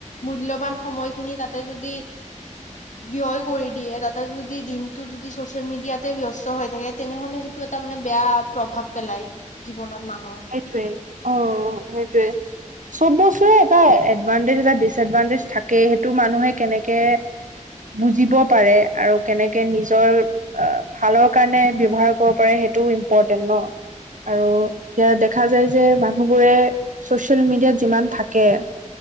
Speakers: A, on the left; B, on the right.
A: মূল্যবান সময়খিনি তাতে যদি, ব্যয় কৰি দিয়ে, তাতে যদি দিনটো যদি ছ'চিয়েল মিডিয়াতে ব্যস্ত হৈ থাকে। তেনেহ'লে সেইটো এটা মানে বেয়া। প্ৰভাৱ পেলাই জীৱনত মানুহ
B: সেইটোৱে অ' অ সেইটোৱে চ'ব বস্তুেই এটা এডভানটেজ এটা ডিচএডভানটেজ থাকে, সেইটো মানুহে কেনেকে বুজিব পাৰে আৰু কেনেকে নিজৰ অ' ভালৰ কাৰণে ব্যৱহাৰ কৰিব পাৰে সেইটোও ইম্পৰটেণ্ট ন। আৰু এতিয়া দেখা যায় যে, মানুহবোৰে ছ'চিয়েল মিডিয়াত যিমান থাকে।